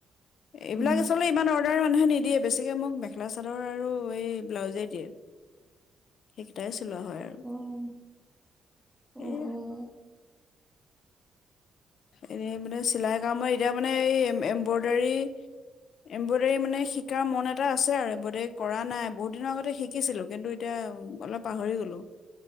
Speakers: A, on the left; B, in the centre.
A: এইবিলাক
B: উম।
A: আচলতে ইমান অৰ্ডাৰ মানুহেকি দিয়ে বেছিকে মোক মেখেলা চাদৰ আৰু এই ব্লাউজেই দিয়ে সেইকেইটাই চোৱা হয় আৰু
B: অ', অ',
A: সেইে
B: অ',
A: এনে মানে চিলাই কামত এতিয়া মানে এই এমব্ৰইডাৰী এম্ব্ৰইডাৰী মানে শিকাৰ মন এটা আছে আৰু এমব্ৰইডাৰী কৰা নাই বহুত দিনৰ আগতে শিকিছিলোঁ কিন্তু এতিয়া অলপ পাহৰি গ'লো